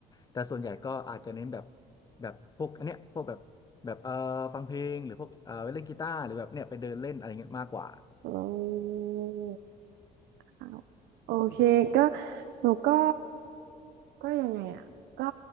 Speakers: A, on the left (about 25°); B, on the right (about 85°).
A: แต่ส่วนใหญ่ก็อาจจะเน้นแบบแบบพวกอันเนี้ยพวกแบบแบบเอ่อฟังเพลงหรือพวกเอ่อเล่นกีตาร์หรือแบบเนี่ยไปเดินเล่นอะไรเงี้ยมากกว่า
B: อืม อ้าวโอเคก็หนูก็ก็ยังไงอ่ะก็